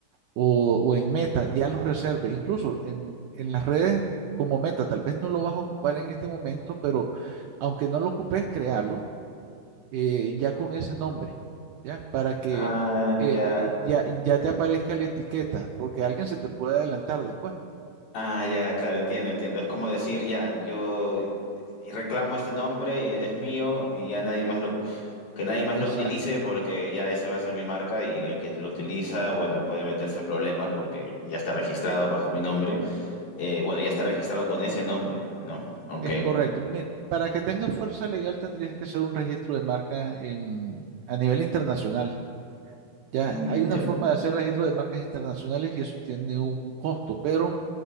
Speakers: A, on the right; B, on the left.
A: o, o en Meta, ya los reserve. Incluso en, en las redes como Meta, tal vez no lo vas a ocupar en este momento, pero aunque no lo ocupes, créalo eh, ya con ese nombre, ¿ya? Para que
B: Ah,
A: eh,
B: ya,
A: eh, ya, ya te aparezca la etiqueta, porque alguien se te puede adelantar después.
B: ah, ya, claro, entiendo, entiendo. Es como decir, ya, yo reclamo este nombre, eh, es mío y ya nadie más lo, que nadie más
A: Exacto,
B: lo utilice porque ya ese va a ser mi marca y el que lo utiliza, bueno, puede meterse en problemas porque ya está registrado bajo mi nombre. Eh, bueno, ya está registrado con ese nombre, ¿no? Ok,
A: es correcto. Mira, para que tenga fuerza legal tendrías que hacer un registro de marca en, a nivel internacional. Ya
B: mm,
A: hay
B: entiendo.
A: una forma de hacer registro de marcas internacionales y eso tiene un costo, pero